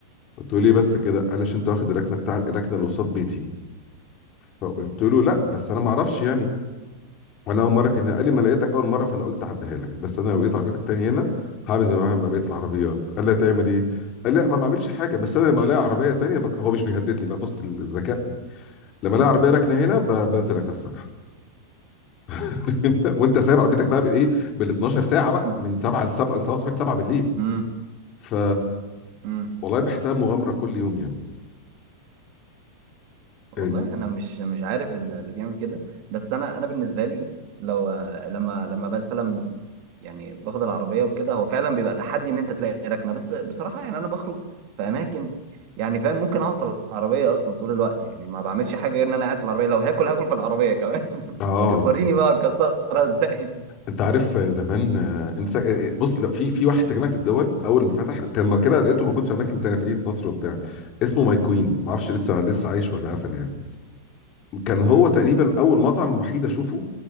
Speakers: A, on the left; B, on the right.
A: قلت له ليه بس كده قال لي عشان انت واخد الركنه بتاعت الركنه اللي قصاد بيتي فقلت له لا بس انا ما اعرفش يعني وانا اول مره كان قال لي ما لقيتك اول مره فانا قلت اعديها لك بس انا لو لقيت عربيتك تاني هنا هعمل زي ما بعمل مع بقيه العربيات قال لي تعمل ايه؟ قال لي لا ما بعملش حاجه بس انا لما الاقي عربيه تانيه بك... هو مش بيهددني ببص الذكاء لما الاقي عربيه راكنه هنا ب... بنزل اكسرها <laughs> وانت سايب عربيتك بقى بالايه؟ بال 12 ساعه بقى
B: <laughs>
A: من 7 ل 7 من 7 ل 7 بالليل
B: مم.
A: ف
B: امم
A: والله بحسها مغامره كل يوم يعني
B: والله
A: ال...
B: انا مش مش عارف ال- اللي بيعمل كده بس انا انا بالنسبه لي لو لما لما بسلم يعني باخد العربيه وكده هو فعلا بيبقى تحدي ان انت تلاقي ركنه بس بصراحه يعني انا بخرج في اماكن يعني فاهم ممكن اقعد في العربيه اصلا طول الوقت يعني ما بعملش حاجه غير ان انا قاعد في العربيه لو هاكل هاكل في العربيه كمان <laughs>
A: اه
B: وريني بقى اكسرها ازاي
A: انت عارف آه، زمان آه، انت آه، بص لا في في واحد في جامعه الدول اول ما فتح كان ما كده لقيته موجود في اماكن تانية في مدينه نصر وبتاع اسمه ماي كوين ما اعرفش لسه لسه عايش ولا قفل يعني كان هو تقريبا اول مطعم وحيد اشوفه